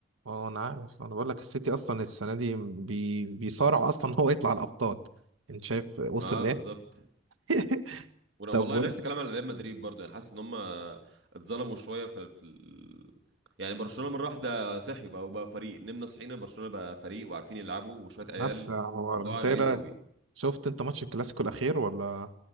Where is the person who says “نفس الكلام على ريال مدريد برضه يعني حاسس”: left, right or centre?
Right